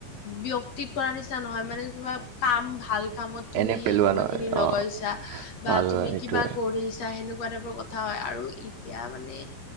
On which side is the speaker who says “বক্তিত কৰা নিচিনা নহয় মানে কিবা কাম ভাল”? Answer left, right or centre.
Left